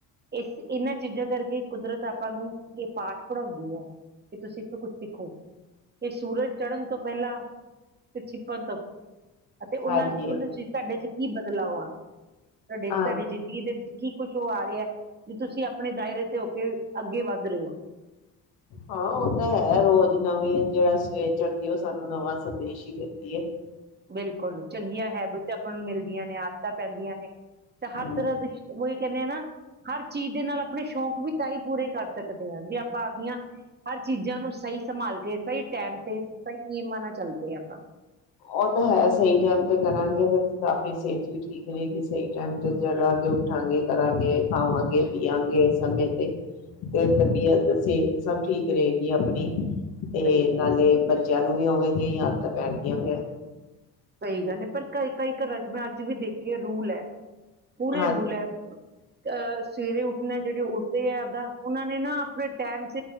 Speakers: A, on the right (about 25°); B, on the left (about 85°).
A: ਇਸ ਇਹਨਾਂ ਚੀਜ਼ਾਂ ਕਰਕੇ ਕੁਦਰਤ ਆਪਾਂ ਨੂੰ ਇਹ ਪਾਠ ਪੜ੍ਹਾਉਂਦੀ ਹੈ ਕਿ ਤੁਸੀਂ ਇੱਥੋਂ ਕੁਛ ਸਿੱਖੋ ਇਹ ਸੂਰਜ ਚੜ੍ਹਨ ਤੋਂ ਪਹਿਲਾਂ ਤੇ ਛਿਪਣ ਤੋਂ ਅਤੇ ਉਹਨਾਂ
B: ਹਾਂਜੀ
A: ਉਹਨਾਂ ਚ ਤੁਹਾਡੇ ਚ ਕੀ ਬਦਲਾਵ ਆਉਂਦਾ ਤੁਹਾਡੇ ਤੁਹਾਡੀ
B: ਹਾਂ
A: ਜ਼ਿੰਦਗੀ ਦੇ ਵਿੱਚ ਕੀ ਕੁੱਛ ਉਹ ਆ ਰਿਹਾ ਜ ਤੁਸੀਂ ਆਪਣੇ ਦਾਇਰੇ ਤੇ ਹੋ ਕੇ ਅੱਗੇ ਵੱਧ ਰਹੇ ਹੋ
B: ਹਾਂ ਉਹ ਤਾਂ ਹੈ ਰੋਜ਼ ਨਵੀਂ ਜਿਹੜਾ ਸਵੇਰ ਚੜਦੀ ਉਹ ਸਾਨੂੰ ਨਵਾਂ ਸੰਦੇਸ਼ ਹੀ ਦਿੰਦੀ ਹੈ
A: ਬਿਲਕੁਲ ਚੰਗੀਆਂ ਹੈਬਿਟ ਆਪਾਂ ਨੂੰ ਮਿਲਦੀਆਂ ਨੇ ਆਦਤਾਂ ਪੈਂਦੀਆਂ ਨੇ ਤਾਂ ਹਰ
B: ਹਾਂ
A: ਤਰ੍ਹਾਂ ਦੇ ਇਹ ਕਹਿੰਦੇ ਹ ਨਾ ਹਰ ਚੀਜ਼ ਦੇ ਨਾਲ ਆਪਣੇ ਸ਼ੌਕ ਵੀ ਤਾਂ ਹੀ ਪੂਰੇ ਕਰ ਸਕਦੇ ਹਾਂ ਜੇ ਆਪਾਂ ਆਪਦੀਆਂ ਹਰ ਚੀਜ਼ਾਂ ਨੂੰ ਸਹੀ ਸੰਭਾਲ ਕੇਏ ਸਹੀ ਟਾਈਮ ਤੇ ਸਹੀ ਨਿਯਮਾਂ ਨਾਲ ਚੱਲਦੇ ਹ ਆਪਾਂ
B: ਉਹ ਤਾਂ ਹੈ ਸਹੀ ਟਾਈਮ ਤੇ ਕਰਾਂਗੇ ਤੇ ਤਾਂ ਆਪਣੀ ਸਿਹਤ ਵੀ ਠੀਕ ਰਹੇਗੀ ਸਹੀ ਟਾਈਮ ਤੇ ਜੜਾਂਗੇ ਉੱਠਾਂਗੇ ਕਰਰਾਂਗੇ ਖਾਵਾਂਗੇ ਪੀਵਾਂਗੇ ਇਸ ਸਮੇਂ ਤੇ ਤੇ ਤਬੀਅਤ ਸਿਹਤ ਸਭ ਠੀਕ ਰਹੇਗੀ ਆਪਣੀ ਤੇ
A: ਸਹੀਕ
B: ਨਾਲੇ
A: ਹੈ
B: ਬੱਚਿਆਂ ਨੂੰ ਵੀ ਉਵੇਂ ਦੀ ਹੀ ਆਦਤਾਂ ਪੈਣਗੀਆਂ ਫੇਿਰ
A: ਸਹੀ ਗੱਲ ਹੈ ਪਰ ਕਈ ਕਈ ਘਰਾਂ ਚ ਮੈਂ ਅੱਜ ਵੀ ਦੇਖੀ ਰੂਲ ਹੈ ਪੂਰੇ
B: ਹਾਂਜੀ।
A: ਰੂਲ ਹੈ ਅਹ ਸਵੇਰੇ ਉੱਠਣਾ ਜਿਹੜੇ ਉੱਠਦੇ ਹੈ ਇੱਦਾਂ ਉਹਨਾਂ ਨੇ ਨਾ ਆਪਣੇ ਟੈਮਸ